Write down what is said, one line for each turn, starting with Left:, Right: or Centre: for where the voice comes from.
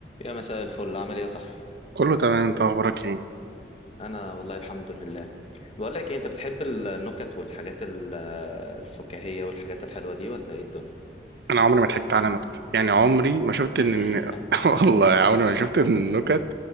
Left: يا مساء الفل عامل ايه يا صاحبي
Right: كله تمام انت اخبارك ايه
Left: انا والله الحمد لله بقول لك إيه، انت بتحب النكت والحاجات ال- الفكاهية والحاجات الحلوة دي ولا ايه الدنيا
Right: انا عمري ما ضحكت على نكت يعني عمري ما شفت
Left: <laughs>
Right: ان ان- <laughs> والله عمري ما شفت ان النكت